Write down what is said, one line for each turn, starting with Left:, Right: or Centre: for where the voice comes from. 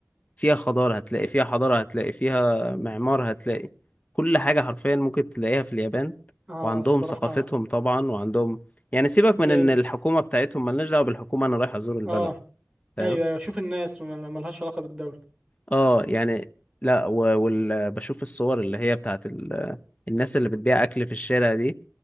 Left: فيها خضار هتلاقي فيها حضارة هتلاقي فيها معمار هتلاقي كل حاجة حرفيا ممكن تلاقيها في اليابان
Right: اه
Left: وعندهم
Right: الصراحه
Left: ثقافتهم طبعا وعندهم يعني سيبك
Right: جامد
Left: من ان الحكومة بتاعتهم ملناش دعوة بالحكومة انا رايح ازور البلد
Right: اه
Left: فاهم
Right: ايوه ايوه شوف الناس مل- ملهاش علاقه بالدوله
Left: اه يعني لا و... وال... بشوف الصور اللي هي بتاعت ال... الناس اللي بتبيع اكل في الشارع دي